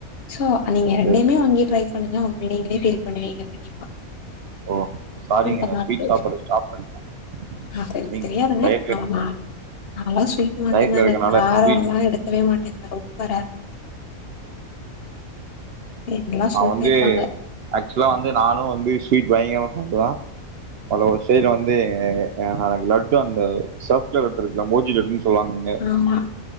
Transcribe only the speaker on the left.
சோ நீங்க ரெண்டையுமே
வாங்கி ட்ரை பண்ணுங்க நீங்களே ஃபீல் பண்ணுவீங்க கண்டிப்பா
அந்த
மாதிரி
வச்சு
அது எனக்கு
தெரியாதுங்க
ஆமா நாலா ஸ்வீட் மட்டுந்தாங்க
காரோல்லா
எடுக்கவே மாட்டேங்க ரொம்ப ரேர் எல்லா
சொல்ட்டே
இருப்பாங்க
ஆமா